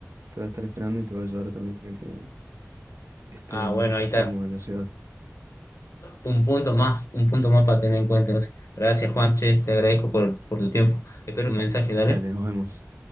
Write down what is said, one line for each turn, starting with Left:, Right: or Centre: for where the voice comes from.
Right: Te voy a estar esperando y te voy a ayudar también a que estés
Left: Ah, bueno,
Right: más
Left: ahí está.
Right: cómodo en la ciudad.
Left: Un punto más, un punto más para tener en cuenta. Gracias, Juanche. Te agradezco por, por tu tiempo. Espero un mensaje, dale.
Right: Dale, nos vemos.